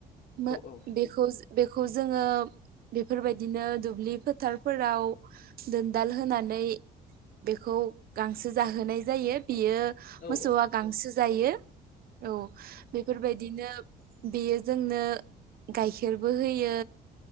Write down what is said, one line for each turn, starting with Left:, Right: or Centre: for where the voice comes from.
Right: मो
Left: औ
Right: बेखौ जो बेखौ जोङो बेफोरबायदिनो दुब्लि फोथार फोराव दोनदाल होनानै बेखौ गांसो जाहोनाय जायो। बियो
Left: औ
Right: मोसौआ
Left: औ
Right: गांसो जायो औ बेफोरबायदिनो। बेयो जोंनो गाइखेरबो होयो